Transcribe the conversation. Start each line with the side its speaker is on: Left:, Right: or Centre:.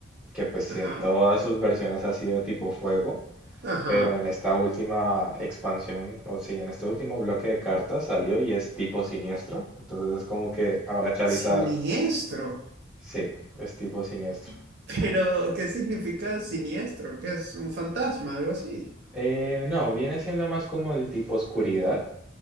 Centre: que pues sí,
Right: ajá,
Centre: en todas sus versiones ha sido de tipo fuego,
Right: ajá.
Centre: pero en esta última expansión, o sí, en este último bloque de cartas salió y es tipo siniestro, entonces es como que ahora Charizard
Right: Siniestro.
Centre: Sí, es tipo siniestro.
Right: <laughs> Pero, ¿qué significa siniestro? ¿Qué es? ¿Un fantasma? Algo así.
Centre: Eh, no, viene siendo más como el tipo oscuridad,